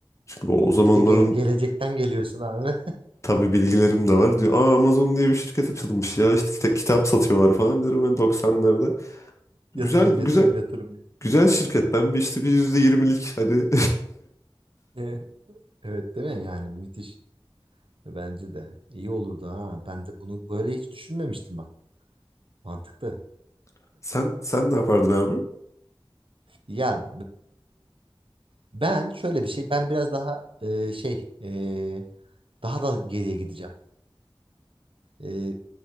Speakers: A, on the left; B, on the right.
A: Çünkü bu- o zamanların
B: Bir de gele- gelecekten geliyorsun abi.
A: tabii bilgilerim de var. Diyor, Aa, Amazon diye bir şirket açılmış ya. İşte kita- kitap satıyorlar falan derim ben 90'larda.
B: <laughs>
A: Güzel
B: Yatırım
A: güzel
B: yatırım yatırım diye.
A: güzel şirket. Ben bir işte bir %20'lik hani
B: Evet Evet, değil mi yani müthiş. Bence de iyi olurdu ha. Ben de bunu böyle hiç düşünmemiştim bak. Mantıklı.
A: <laughs> sen sen ne yapardın abi?
B: Ya Ben şöyle bir şey, ben biraz daha e, şey, e, daha da geriye gideceğim. E,